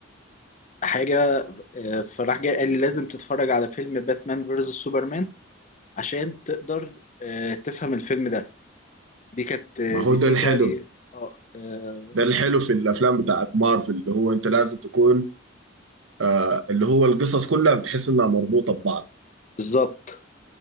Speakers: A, on the left; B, on the right.
A: حاجه آه، فراح جاي قال لي لازم تتفرج على فيلم باتمان فيرسس سوبرمان عشان تقدر آه، تفهم الفيلم ده دي كانت آه،
B: ما هو
A: دي
B: ده
A: سي
B: الحلو
A: تقريبا اه آه،
B: ده الحلو في الافلام بتاعت مارفل اللي هو انت لازم تكون آه اللي هو القصص كلها بتحس انها مربوطه ببعض
A: بالظبط